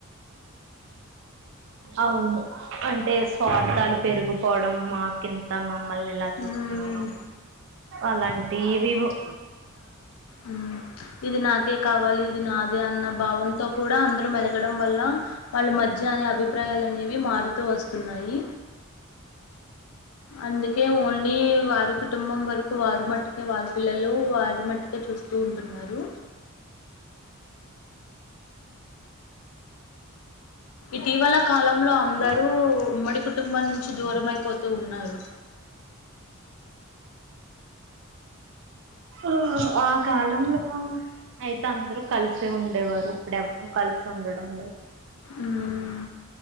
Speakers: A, on the right; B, on the left.
A: అవును అంటే స్వార్థాలు పెరిగిపోవడం మాకింత మా మమ్మల్ని ఎలా
B: హ్మ్.
A: చూస్తున్నారో అలాంటివి ఏవేవో
B: ఉమ్ ఇది నాకే కావాలి ఇది నాదే అన్న భావన తో కూడా అందరూ మెలగడం వల్ల వాళ్ళ మజ్య అనే అభిప్రాయాలు అనేవి మారుతూ వస్తున్నాయి. అందు కే ఓన్లీ వారి కుటుంబం వరకు వారు మట్టుకే వాళ్ళు పిల్లలు వారు మట్టుకే చూస్తూ ఉంటున్నారు. ఇటీవల కాలంలో అంద రూ ఉమ్మడి కుటుంబాల నుంచి దూరమైపోతూ ఉన్నారు
A: ఆ ఆ కాలంలో అయి తే అందరు కల్స్ సే ఉండేవారు ఇప్పుడెవరు కలిసి ఉండడం లేదు
B: ఉమ్మ్